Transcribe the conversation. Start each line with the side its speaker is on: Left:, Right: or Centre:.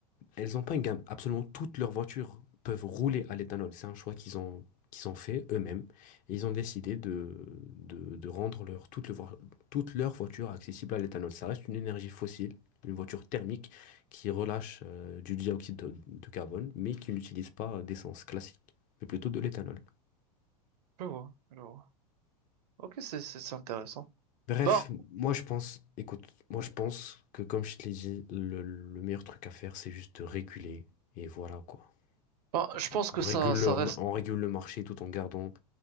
Left: Elles n'ont pas une gamme. Absolument toutes leurs voitures peuvent rouler à l'éthanol. C'est un choix qu'ils ont, qu'ils ont fait eux-mêmes. Et ils ont décidé de, de, de rendre leur, toutes, les voi- toutes leurs voitures accessibles à l'éthanol. Ça reste une énergie fossile, une voiture thermique qui relâche euh, du dioxyde de, de carbone, mais qui n'utilise pas d'essence classique, mais plutôt de l'éthanol.
Right: je vois, je vois. Ok, c'est c'est- c'est intéressant.
Left: Bref,
Right: Ben,
Left: moi je pense, écoute, moi je pense que comme je te l'ai dit, le, le meilleur truc à faire, c'est juste de réguler. Et voilà quoi.
Right: ben, je
Left: On
Right: pense que
Left: on
Right: ça,
Left: régule le,
Right: ça
Left: on
Right: reste.
Left: régule le marché tout en gardant